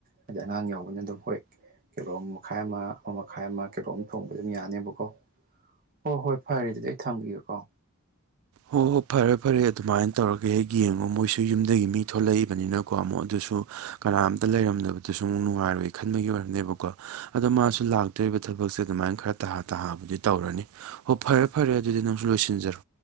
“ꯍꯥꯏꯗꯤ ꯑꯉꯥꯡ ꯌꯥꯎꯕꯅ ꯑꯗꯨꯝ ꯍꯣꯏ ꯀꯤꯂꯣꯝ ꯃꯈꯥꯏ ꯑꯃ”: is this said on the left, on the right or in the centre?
Right